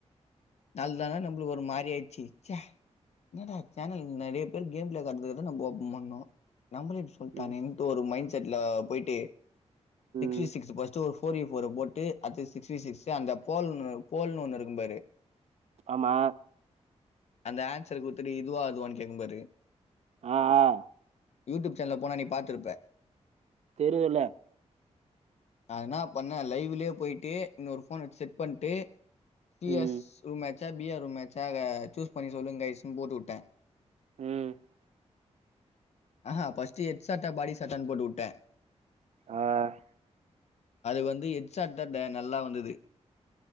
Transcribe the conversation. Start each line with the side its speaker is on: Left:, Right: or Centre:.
Left: நாள் தானா நம்மளுக்கு ஒரு மாரி ஆயிடுச்சு ச்ச ஏன்டா சேனல் நிறைய பேர் கேம் பிளே காட்றதுக்குதான் நம்போ ஓப்பன் பண்ணோம் நம்மளும் இப்படி சொல்ட்டானேன்ட்டு
Right: ம்
Left: ஒரு மண்ட செட்ல போயிட்டு சிக்ஸ்டிசிக்ஸ்
Right: ம்
Left: ஃபர்ஸ்ட்டு ஒ போர்வி போர போட்டு அது சிக்ஸிடி சிக்ஸு அந்த போல்னு போல்ன்னு ஒண்ணு இருக்கும் பாரு
Right: ஆமா
Left: அந்த ஆன்சரு குத்துட்டு இதுவா ஆதுவான்னு கேக்கும் பாரு
Right: ஆ ஆ
Left: யூடியூப் சேனல போனா நீ பாத்திருப்பே
Right: தெரியுல்ல
Left: அதனா பண்ணேன் லைவ்லயே போயிட்டு இன்னொரு போன் வெச் செட் பண்ணிட்டு சி
Right: ம்
Left: எஸ் ரூம் மேச்சா பி ஆர் ரூம் மேச்சாக சூஸ் பண்ணி சொல்லுங்க காய்ஸ்ன்னு போட்டு விட்டேன்
Right: உம்
Left: ஆஹா பர்ஸ்ட் எட் செட்ட பாடி சட்டான்னு போட்டு வுட்டே
Right: ஆஹ்
Left: அது வந்து ஹெச்சார்டட்டா நல்லா வந்தது